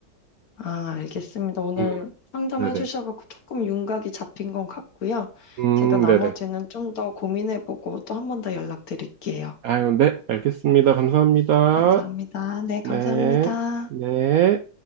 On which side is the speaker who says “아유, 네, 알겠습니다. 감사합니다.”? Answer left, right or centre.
Right